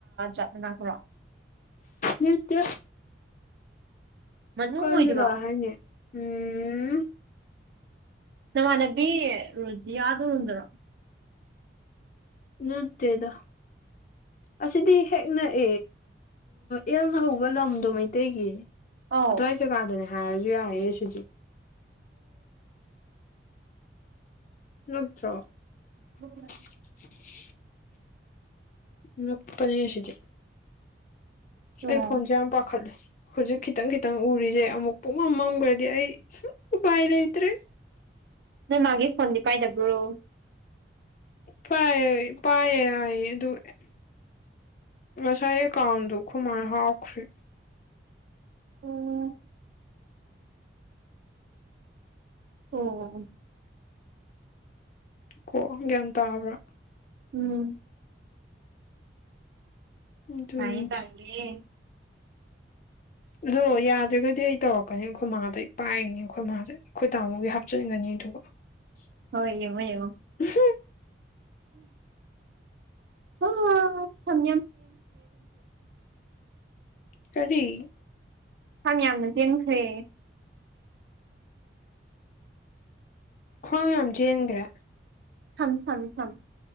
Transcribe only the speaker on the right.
ꯖꯥꯕꯅꯅꯥꯥꯛꯇꯔꯣ
ꯃꯅꯨꯡ
ꯑꯣꯏꯗꯣꯏꯔꯣ
ꯅꯃꯥꯟꯅꯕꯤ ꯔꯣꯖꯤꯌꯥꯗꯨꯗ꯭ꯔꯣ
ꯑꯧ
<unintelligible>
ꯑꯣ
ꯅꯣꯏ ꯃꯥꯒꯤ ꯐꯣꯟꯗꯤ ꯄꯥꯏꯗꯕ꯭ꯔꯣ
ꯑꯣ ꯑꯣ
ꯎꯝ
ꯉꯥꯏ ꯇꯥꯏꯦ
ꯍꯣꯏ ꯌꯦꯉ ꯌꯦ
ꯎ ꯊꯝ
ꯁꯝ ꯌꯥꯝꯅ ꯆꯦꯟꯈ꯭ꯔꯦ
ꯊ ꯁꯝ ꯁꯝ